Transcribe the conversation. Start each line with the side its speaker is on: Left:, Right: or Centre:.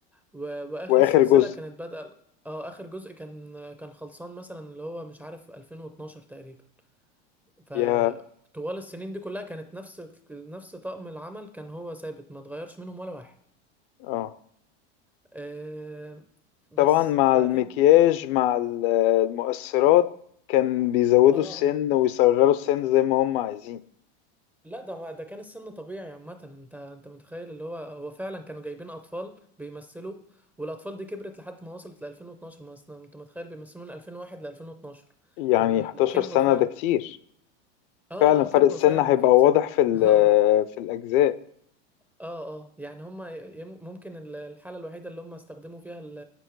Centre: و... واخر
Left: واخر
Centre: سلسلة
Left: جزء
Centre: كانت بادئة اه اخر جزء كان كان خلصان مثلا اللي هو مش عارف 2012 تقريبا فطوال
Left: يا
Centre: السنين دي كلها كانت نفس نفس طقم العمل كان هو ثابت ما اتغيرش منهم ولا واحد
Left: اه
Centre: أه... بس
Left: طبعا مع
Centre: وبعدين
Left: المكياج مع ال- المؤثرات كان بيزودوا
Centre: اه
Left: السن
Centre: اه
Left: ويصغروا السن زي ما هم عايزين
Centre: لا ده ما ده كان السن طبيعي عامة انت انت متخيل اللي هو هو فعلا كانوا جايبين اطفال بيمثلوا والاطفال دي كبرت لحد ما وصلت ل 2012 ما أصل انت متخيل بيمثلوا من 2001 ل 2012
Left: يعني
Centre: فكبروا
Left: 11 سنة
Centre: فعلا
Left: ده كتير
Centre: اه
Left: فعلا فرق
Centre: اه كبروا
Left: السن
Centre: فعلا
Left: هيبقى
Centre: في السن
Left: واضح في ال-
Centre: <laughs> اه
Left: في الأجزاء
Centre: اه اه يعني هما ي- يم- ممكن ال- الحالة الوحيدة اللي هما استخدموا فيها ال-